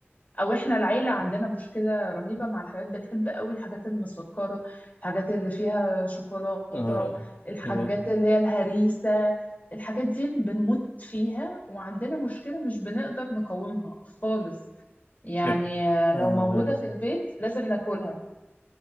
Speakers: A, on the left; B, on the left.
A: او احنا العيله عندنا مشكله رهيبه مع الحاجات بنحب قوي الحاجات المسكره الحاجات اللي فيها شوكولاته
B: آه
A: الحاجات
B: يبقى
A: اللي هي الهريسه الحاجات دي بنموت فيها وعندنا مشكله مش بنقدر نقاومها خالص يعني
B: يبقى
A: آه،
B: آه
A: لو موجوده في البيت لازم ناكلها